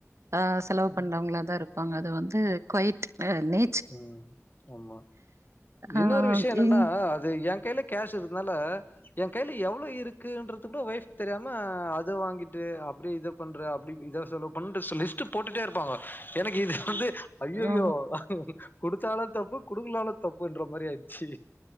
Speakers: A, on the right; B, on the left.
A: ஆ ஸ் செலவு
B: ம்
A: பண்றவ்ங்களா தா இருப்பாங்க அது வந்து கொயிட் அ நே
B: ம் ஆமா
A: ஆ
B: இன்னொரு விஷ்ய என்னென்னா
A: இங்
B: அது எ கைல கேஷ் இருந்தனால எ கைல எவ்ளோ இருக்குன்றது கூட ஒய்ஃபுக்கு தெரியாம அத வாங்கிட்டு அப்டியே இத பண்ற அப்டி இத செலவு பண்ற சோ லிஸ்ட்டு போட்டுட்டே இருப்பாங்க எனக்கு இது வந்து ஐயயோ
A: ஓ
B: குடுத்தாலு தப்பு குடுக்கலாலு தப்புன்ற மாரி ஆயிடுச்சு